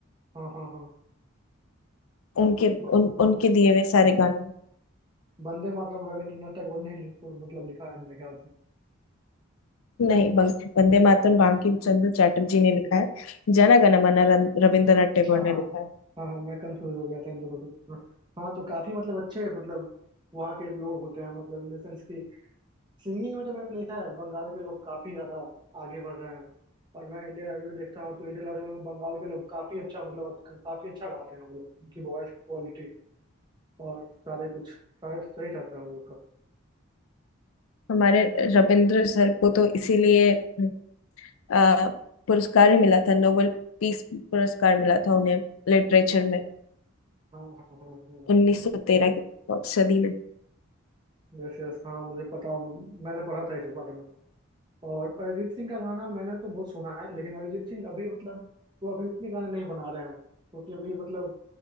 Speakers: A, on the right; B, on the left.
A: हाँ हाँ हाँ
B: उनके उन,
A: ब,
B: उनके दिए हुए सारे गाने
A: वंदे मातरम रविंद्रनाथ टैगोर ने ही मतलब लिखा है मेरे ख्याल से
B: नहीं बं- वंदे मातरम बंकिम चंद्र चटर्जी ने लिखा है जन गण मन रन- रविंद्रनाथ टैगोर
A: हाँ
B: ने
A: हाँ
B: लिखा
A: हाँ
B: है
A: हाँ हाँ मैं कंफ्यूज हो गया था इन दोनों के बीच में हाँ तो काफी मतलब अच्छे मतलब वहाँ के लोग होते हैं मतलब इन द सेंस की सिंगिंग में तो मैंने देखा है बंगाल के लोग काफी ज्यादा आगे बढ़ रहे हैं और मैं इंडियन आइडल भी देखता हूँ तो इंडियन आइडल में बंगाल के लोग काफी अच्छा मतलब अच्छ- काफी अच्छा गाते हैं वो लोग उनकी वॉइस की क्वालिटी और सारे कुछ सारे सही रहता है उन लोग का
B: हमारे रविंद्र सर को तो इसीलिए हम्म, अ, पुरस्कार ही मिला था नोबेल पीस पुरस्कार मिला था उन्हें लिटरेचर में
A: हाँ हाँ हाँ हाँ
B: 1913 की सदी में
A: यस यस हाँ मुझे पता मैंने पढ़ा था इस बारे में और अरिजीत सिंह का गाना मैंने तो बहुत सुना है लेकिन अरिजीत सिंह अभी मतलब वो अभी इतने गाने नहीं बना रहे हैं क्योंकि अभी मतलब